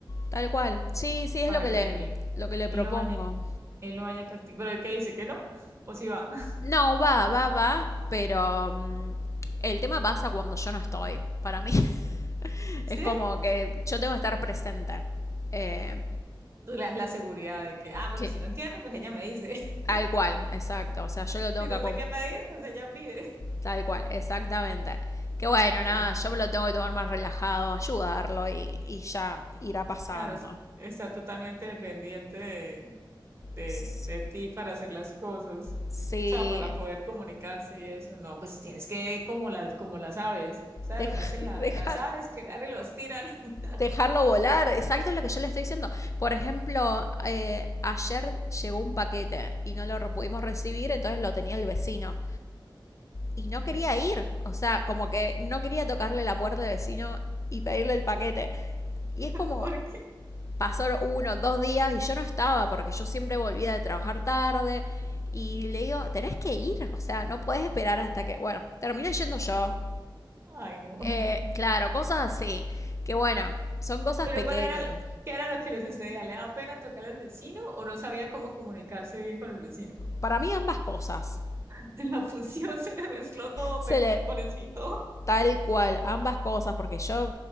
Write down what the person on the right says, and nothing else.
para
que
él,
él
lo vaya, él lo vaya practicando. Pero el que dice que no, <laughs> o si va, <laughs>
¿sí?
Tú le das la seguridad de que, ah, bueno,
si no entiendo, pues ella me dice, <laughs>
si
no
sé qué pedir, pues ella pide. <laughs>
Ahí
no.
Claro, es- está totalmente dependiente de de,
de ti para hacer las cosas, o
sea, para poder comunicarse y eso. No, pues tienes que, como las, como las aves, ¿sabes
lo que hacen la-
las
aves? Que agarran y los tiran. <laughs>
¿Por
qué?
<laughs>
¿Por qué?
Ay, no.
<laughs>
Pero
¿cuál era, qué era lo que les sucedía? ¿Le daba pena tocar al vecino o no sabía cómo comunicarse bien con el vecino?
<laughs> En la fusión se le mezcló todo,
peca,
pobrecito.